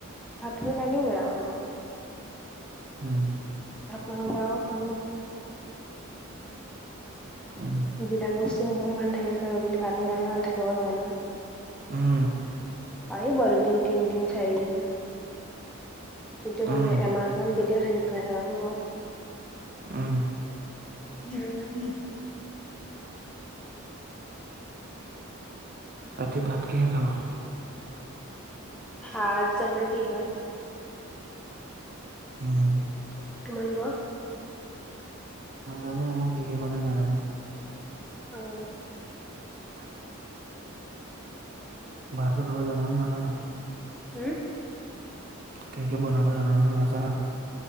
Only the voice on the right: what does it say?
উম।
উম
উম
উম,
উম
বাকী ভাত কিহে খাবা।
উম।
নাজানো নহয় কিহে জানো বনাব
<unintelligible> ভাত বনাবা জানা নে নাজানা।
কিবা কিবি বনাব জানা নে নাজনা।